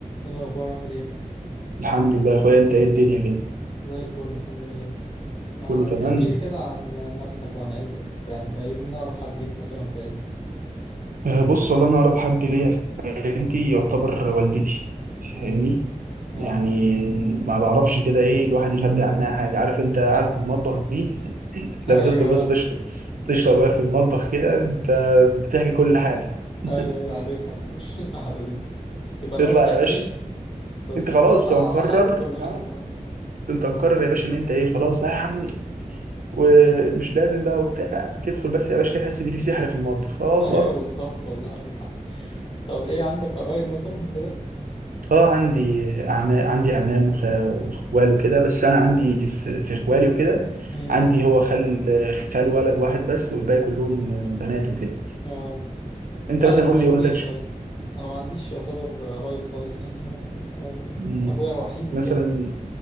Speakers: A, on the left; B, on the right.
A: ايه الاخبار عامل ايه
B: الحمد لله يا اخويا انت ايه الدنيا كده
A: زي الفل الحمد لله ما
B: كله تمام
A: تحكي لي كده عن نفسك وعن عيلتك وبتاع انت ايه مين اقرب حد ليك مثلا في عيلتك
B: آه، بص والله انا اقرب حد ليا في حياتي يعتبر والدتي فاهمني
A: امم اه
B: يعني ما بعرفش كده ايه الواحد يخبي عنها حاجه عارف انت قاعد في المطبخ دي <laughs> لما
A: <laughs> ايوه
B: تدخل بس تشرب تشرب وهي في المطبخ كده انت بتحكي كل حاجه <laughs>
A: ايوه ايوه عارفها الح- <laughs> القعده دي تبقى نوم
B: تطلع
A: ما تحكيش
B: يا باشا
A: بس
B: انت خلاص
A: بتطلع
B: بتبقى مقرر
A: حاجه كل حاجه
B: اه
A: اه
B: انت مقرر يا باشا ان انت ايه خلاص بقى يا عم ومش لازم بقى وبتاع تدخل بس يا باشا كده تحس ان في سحر في المطبخ
A: <laughs>
B: آه
A: ايوه
B: الله
A: بالظبط والله عندك حق طب ايه عندك قرايب مثلا وكده
B: اه عندي أعمام عندي أعمام وخ- وإخوال وكده بس أنا عندي في في إخوالي وكده
A: امم
B: عندي هو خال خال ولد واحد بس والباقي كلهم بنات وكده
A: اه
B: أنت
A: لا
B: مثلا
A: ده انا
B: قول
A: ما عنديش
B: لي والدك ش-
A: اصلا انا ما عنديش يعتبر قرايب خالص يعني آه، آه،
B: مم،
A: ابويا وحيد وكده
B: مثلا